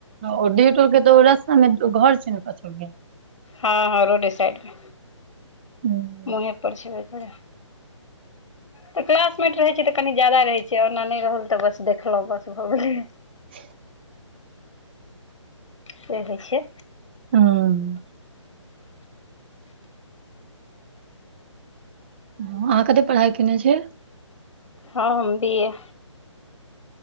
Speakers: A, on the right; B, on the left.
A: ओ डीह टोऽ के त ओ रस्ता में घर छिये न कछ टोल में।
B: हँ-हँ, रोडे साइड में।
A: हुं।
B: मुँहे पर छेबे करै। तऽ क्लासमेट रहै छै तऽ कनि जादा रहै छै, ओना नैय रहल तऽ बस देखलौं बस भऽ गेलै।
A: <inaudible>
B: से होइ छै।
A: हुम्म। हॅं अहाँ कते परहाई केने छीयै?
B: हँ, हम बी ए।